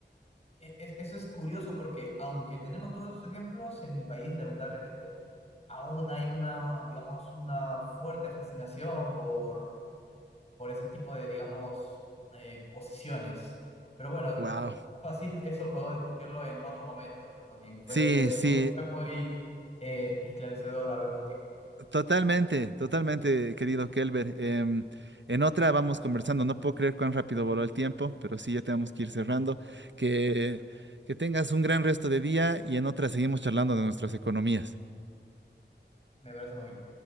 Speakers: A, on the left; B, on the right.
A: e- es- Eso es curioso porque aunque tenemos todos esos ejemplos, en mi país lamentablemente aún hay una, digamos, una fuerte fascinación por, por ese tipo de, digamos, eh, posiciones. Pero bueno,
B: Wow.
A: fácil, eso podemos discutirlo en otro momento, Joaquín. Fue
B: Sí,
A: muy,
B: sí,
A: fue muy eh, esclarecedor hablar contigo.
B: totalmente, totalmente, querido Kelber. Em, en otra vamos conversando. No puedo creer cuán rápido voló el tiempo, pero sí, ya tenemos que ir cerrando. Que, que tengas un gran resto de día y en otra seguimos charlando de nuestras economías.
A: Me parece muy bien.